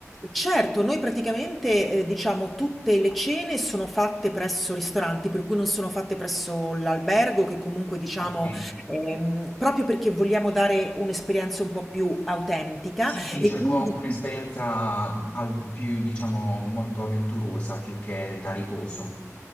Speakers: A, in the centre; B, on the left (about 25°).
A: Certo, noi praticamente, eh, diciamo, tutte le cene sono fatte presso ristoranti, per cui non sono fatte presso l'albergo, che comunque, diciamo,
B: Ok.
A: ehm, proprio perché vogliamo dare un'esperienza un po' più autentica
B: Sì, sì,
A: e
B: cerco
A: quindi
B: un'esperienza ah, più, diciamo, molto avventurosa più che da riposo.